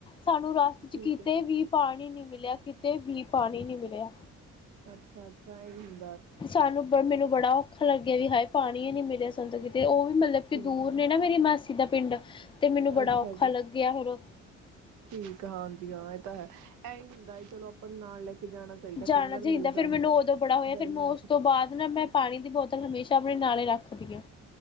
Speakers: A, on the left; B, on the right.
A: ਸਾਨੂੰ ਰਸਤੇ
B: ਠੀਕ
A: ਚ ਕਿਤੇ
B: ਹੈ
A: ਵੀ ਪਾਣੀ ਨੀ ਮਿਲਿਆ ਕਿਤੇ ਵੀ ਪਾਣੀ ਨਹੀਂ ਮਿਲਿਆ।
B: ਅੱਛਾ, ਅੱਛਾ ਇਹੀ
A: ਸਾਨੂੰ ਬ ਮੈਨੂੰ ਬੜਾ ਔਖਾ ਲੱਗਿਆ। ਵੀ ਹਾਏ ਪਾਣੀ ਹੀ ਨੀ ਮਿਲਿਆ ਸਾਨੂ ਤਾਂ ਕਿਤੇ ਉਹ ਵੀ ਮਤਲਬ ਕਿ
B: ਹਮ
A: ਦੂਰ
B: ਹਮ
A: ਨੇ ਮੇਰੀ ਮਾਸੀ ਦਾ ਪਿੰਡ ਤੇ ਮੈਨੂੰ ਬੜਾ
B: ਅੱਛਾ
A: ਔਖਾ
B: ਜੀ
A: ਲੱਗਿਆ ਫਿਰ
B: ਠੀਕ ਹਾਂਜੀ ਹਾਂ। ਹੈ ਇਹੀ ਹੁੰਦਾ ਹੈ ਚਲੋ ਆਪਾਂ ਨਾਲ ਲੈ ਕੇ ਜਾਣਾ ਚਾਹੀਦਾ
A: ਜਾਣਾ
B: ਕਈ ਵਾਰ
A: ਚਾਹੀਦਾ
B: ਮਿਲਦਾ
A: ਫਿਰ
B: ਨੀ
A: ਮੈਨੂੰ
B: ਗਾ
A: ਉਦੋਂ ਬੜਾ ਹੋਇਆ।
B: ਗਰਮੀਆਂ
A: ਫਿਰ ਮੈਂ ਉਸ
B: ਚ
A: ਤੋਂ ਬਾਅਦ ਨਾ ਮੈਂ ਪਾਣੀ ਦੀ ਬੋਤਲ ਹਮੇਸ਼ਾ ਆਪਣੇ ਨਾਲੇ ਰੱਖਦੀ ਆਂ।